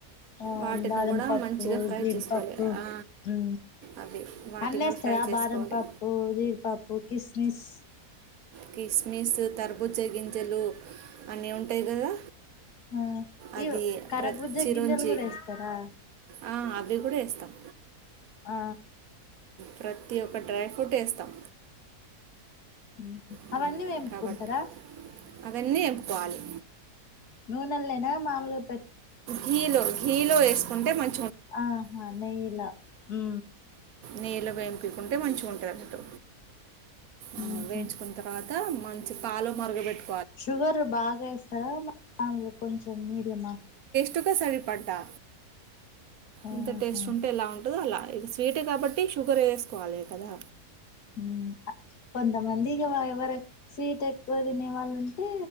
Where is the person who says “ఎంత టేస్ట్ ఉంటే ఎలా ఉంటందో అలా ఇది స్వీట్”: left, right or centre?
Right